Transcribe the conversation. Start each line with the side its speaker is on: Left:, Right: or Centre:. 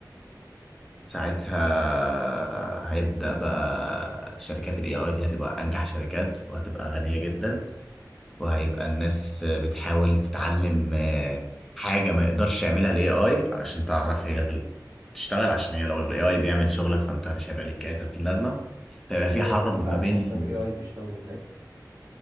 Centre: ساعتها هيبدأ بقى شركات ال AI دي هتبقى أنجح شركات وهتبقى غنية جدا وهيبقى الناس بتحاول تتعلم آه، حاجة ما يقدرش يعملها ال AI علشان تعرف هي تشتغل عشان هي لو ال AI بيعمل شغلك فأنت مش هيبقى ليك أي 30 لازمة فيبقى في
Right: ايوه
Centre: حرب
Right: بس انت
Centre: ما
Right: عارف
Centre: بين
Right: اصلا ال AI بيشتغل ازاي